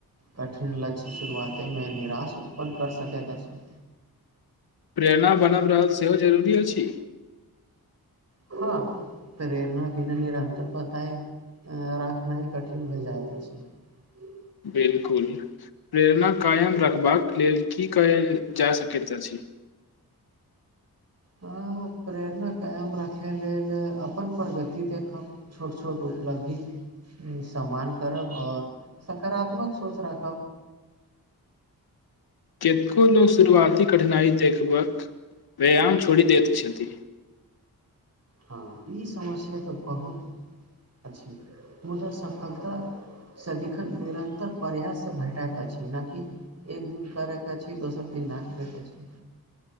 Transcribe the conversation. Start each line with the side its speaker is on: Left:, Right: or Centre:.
Right: कठिन लक्ष्य शुरुआतेमे निराश उत्पन्न करि सकैत अछि
Left: प्रेरणा बनब रहल सेहो जरूरी अछि
Right: हँ प्रेरणा बिना निरन्तर पताइ रखनाइ ह कठिन भेलै जाइ त छै
Left: बिलकुल प्रेरणा कायम रखबाक लेल की कहयल जा सकैत अछि
Right: हँ हो प्रेरणा कायम राखय लेल अपन प्रगति देखब छोट छोट उपलब्धि सम्मान करब आओर सकारात्मक सोच राखब
Left: कतेको लोक शुरुआती कठिनाइ देखबाक व्यायाम छोड़ि दैत छथि
Right: हँ ई समस्या तऽ बहुत अछि मुदा सफलतास सदिखन निरन्तर प्रयाससँ भेटाैत अछि नहि किि एक दिन करयके अछि दोसर दिन नहि करयके छै